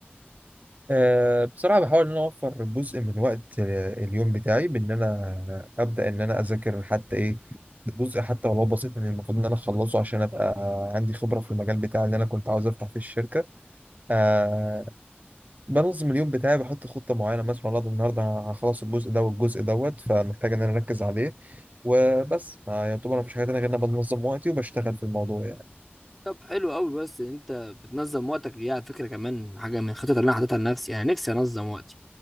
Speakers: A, on the right; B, in the centre.
A: آه، بصراحة بحاول ان انا اوفر جزء من وقت آه، اليوم بتاعي بان انا ابدا ان انا اذاكر حتى ايه جزء حتى ولو بسيط من المفروض ان انا اخلصه عشان ابقى عندي خبرة في المجال بتاعي اللي انا كنت عاوز افتح فيه الشركة آه، بنظم اليوم بتاعي بحط خطة معينة مثلا والله ده النهاردة هخلص الجزء ده والجزء دوت فمحتاج إن أنا أركز عليه وبس ما يعتبر مفيش حاجة تانية غير إن أنا بنظم وقتي وبشتغل في الموضوع يعني
B: طب حلو قوي بس انت بتنظم وقتك دي على فكره كمان حاجه من الخطط اللي انا حاططها لنفسي انا نفسي انظم وقتي